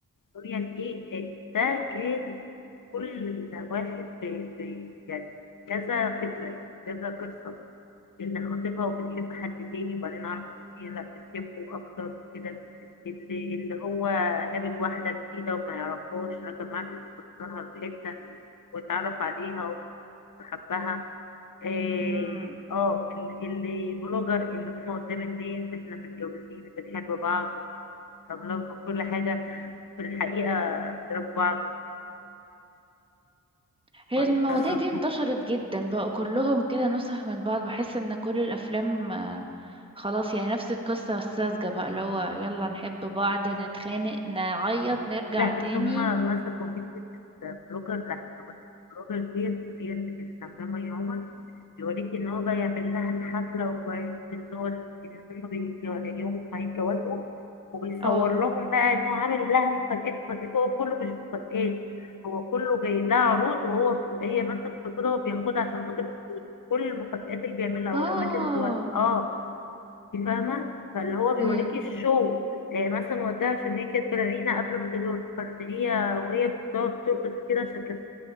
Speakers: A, on the left; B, on the right.
A: هو يعني إيه إيه، ده كان كل واحد في في- يعني كذا فكرة يعني كذا قصة اللي خاطبها وبتحب حد تاني وبعدين عرفت إن هي لا بتحبه أكتر وكده اللي اللي هو قابل واحدة جديدة وما يعرفهاش لكن معرفش إنه في حتة واتعرف عليها وحبها اه
B: مم.
A: آه، ال- اللي بلوجر اللي هم قدام الناس احنا متجوزين بنحب بعض وبنلاف وكل حاجة في الحقيقة بيضربوا بعض
B: هي
A: وهيتكلموا
B: المواضيع دي انتشرت جدا بقوا كلهم كده نسخ من بعض بحس ان كل الافلام آه، خلاص يعني نفس القصة الساذجة بقى اللي هو يلا نحب بعض نتخانق نعيط نرجع
A: لا
B: تاني
A: بس هما مسكوا حتة بلوجر لا بلوجر ديت هي اللي كانت عاملة يوما بيوريك ان هو بقى يعمل لها الحفلة وبقى- وان هو ال- إن هما بي- يوم ما يتجوزوا وبيصور
B: اه
A: لهم بقى انه عامل لها مفاجآت مفاجآت هو كله مش مفاجآت هو كله جاي لها عروض وهو ب- هي بس بتاخدها وبياخدها عشان خاطر الفلوس كل المفاجآت اللي بيعملها
B: اه
A: والأماكن اللي هو اه فاهمة فاللي هو بيوريكي
B: امم
A: الشو يعني مثلا وداها عشان هي كانت بالغينة قبل ما تتجوز فان هي وهي بتقعد ترقص كده عشان كانت